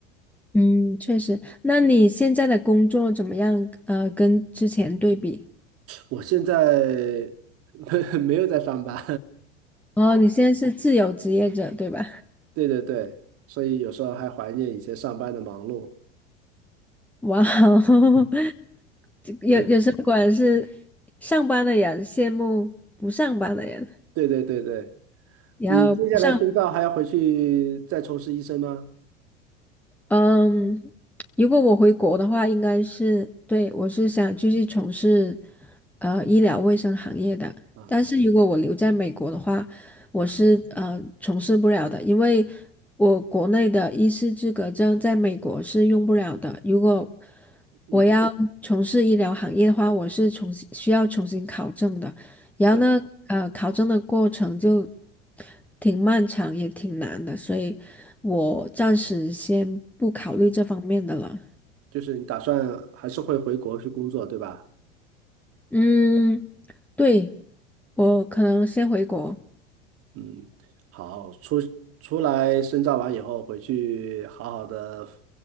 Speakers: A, in the centre; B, on the right.
A: 嗯，确实。那你现在的工作怎么样？呃，跟之前对比？
B: 我现在 <laughs> 没没有在上班，
A: 哦，你现在是自由职业者，对吧？
B: <laughs> 对对对，所以有时候还怀念以前上班的忙碌。
A: <laughs> 哇哦，
B: 嗯，
A: <laughs> 这有有时候果然是
B: 对
A: 上班的人羡慕不上班的人，
B: 对对对对，
A: 然后不上
B: 你接下来深造还要回去再从事医生吗？
A: 嗯，如果我回国的话，应该是，对，我是想继续从事呃医疗卫生行业的。
B: 啊，
A: 但是如果我留在美国的话，我是呃从事不了的，因为我国内的医师资格证在美国是用不了的。如果
B: 嗯。
A: 我要从事医疗行业的话，我是重新需要重新考证的。然后呢，
B: 对。
A: 呃，考证的过程就挺漫长，也挺难的，所以我暂时先不考虑这方面的了。
B: 就是你打算还是会回国去工作，对吧？
A: 嗯，对，我可能先回国，
B: 嗯，好，出出来深造完以后，回去好好的